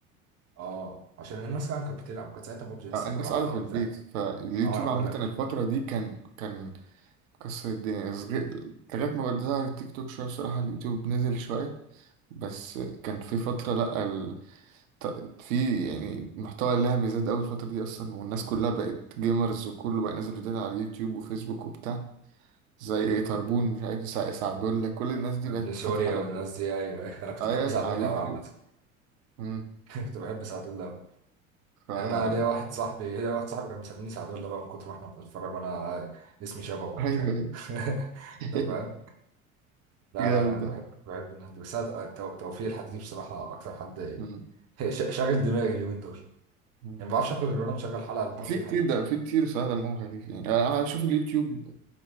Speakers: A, on the right; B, on the right.
A: اه عشان الناس فعلا كانت بتلعب كانت ساعتها ببجي لسه
B: آه، الناس
A: طالعه
B: قاعدة
A: بقى
B: في
A: وبتاع
B: البيت فاليوتيوب
A: اه انا بقول
B: عامة
A: لك
B: الفترة دي كان كان كسر الدنيا صغير لغاية ما بدأ ظهر التيك توك شوية بصراحة اليوتيوب نزل شوية بس كان في فترة لأ ال... ط- في يعني محتوى اللعب زاد أوي الفترة دي أصلا والناس كلها بقت جيمرز وكله بقى ينزل فيديوهات على اليوتيوب وفيسبوك وبتاع زي إيه طربون مش عارف سع- سعدولة كل الناس دي
A: ابن
B: بقت
A: سوريا
B: فاتحة على
A: والناس
B: أيوة،
A: دي ايوه أيوة. انا كنت
B: أيوة،
A: بحب سعد الله
B: على اليوتيوب
A: قوي عامه
B: مم.
A: <laughs> كنت بحب سعد الله أوي.
B: فا
A: يعني انا ليا واحد صاحبي ليا واحد صاحبي كان بيسميني سعد الله بقى من كتر ما احنا بنتفرج وانا اسمي شبهه وبتاع
B: أيوه
A: <laughs>
B: <laughs>
A: انت فاهم لا
B: جامد
A: لا انا
B: ده
A: بحب كنت بحب الناس دي بس أنا تو- توفيق الحديدي دي بصراحه اكتر حد <laughs>
B: مم.
A: إيه، ش- شاغل دماغي اليومين دول
B: مم.
A: يعني ما بعرفش اكل غير وانا مشغل حلقه لتوفيق
B: في كتير
A: الحديدي
B: ده في كتير صراحة دمهم خفيف يعني انا اشوف اليوتيوب